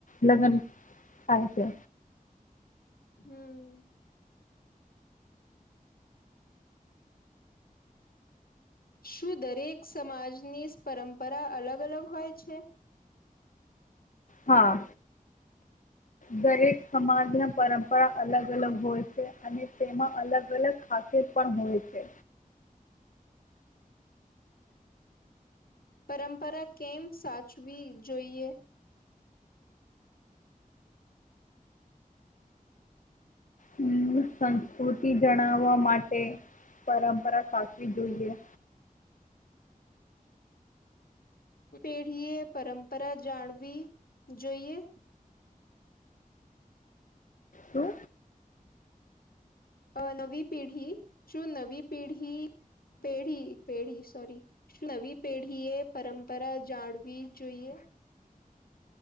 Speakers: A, on the left; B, on the left.
A: લગ્ન થાય છે.
B: હમ. શું દરેક સમાજની પરંપરા અલગ અલગ હોય છે?
A: હા, દરેક સમાજના પરંપરા અલગ અલગ હોય છે અને તેમાં અલગ અલગ ખાાસિત પણ હોય છે.
B: પરંપરા કેમ સાચવી જોઈએ?
A: હમ સંસ્કૃતિ જણાવવા માટે પરંપરા સાચવી જોઈએ.
B: પેઢીએ પરંપરા જાણવી જોઈએ?
A: હમ.
B: અ નવી પીઢી શું નવી પેઢી પેઢી પેઢી. સોરી શું નવી પેઢી એ પરંપરા જાળવી જોઈએ.